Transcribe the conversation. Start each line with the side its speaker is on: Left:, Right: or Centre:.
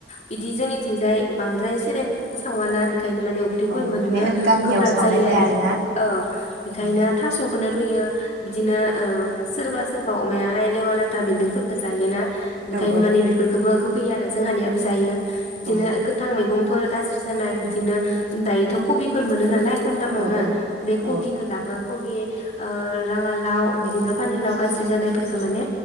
Left: बिदि जोंनिथिंजाय बांद्राय सिरेब सावाना बे खायनो माने उफ्रिफोर
Right: अ
Left: मोननो
Right: माने गामियाव
Left: गोब्राब
Right: सावनाय
Left: जायो
Right: जाया
Left: आरो
Right: आरोना
Left: औ बेखायनो
Right: औ
Left: थासखोनो रुयो बिदिनो ओ सोरबा सोरबा अमायाहाय लेवा लाथा बेन्दोंफोरखो जायोना ओंखायनो
Right: औ अ
Left: माने बेफोरखौबो हो फैयो आरो जोंहानियाबो जायो बिदिनो
Right: औ
Left: गोथां मैगंफोर गाज्रि जानाय बिदिनो दायोथ कबिफोर मोनो नालाय। खम दामावनो
Right: औ
Left: बे कबिखौ
Right: औ
Left: लाबो कबि अ राङालाव बिदिनो पानलाव गाज्रि जानायफोरखौ माने